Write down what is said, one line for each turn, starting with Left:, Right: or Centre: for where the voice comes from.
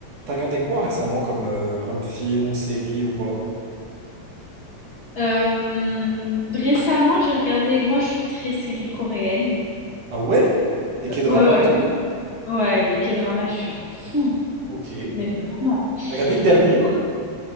Right: T'as regardé quoi récemment comme, euh, comme film ou série ou quoi?
Left: Hem, récemment, j'ai regardé moi je suis très série coréenne.
Right: Ah ouais? Les K-dramas
Left: Euh, Ouais,
Right: et tout?
Left: ouais, ouais, les K-dramas, je suis à fond,
Right: Ok.
Left: mais vraiment.
Right: T'as regardé le dernier?
Left: Du coup,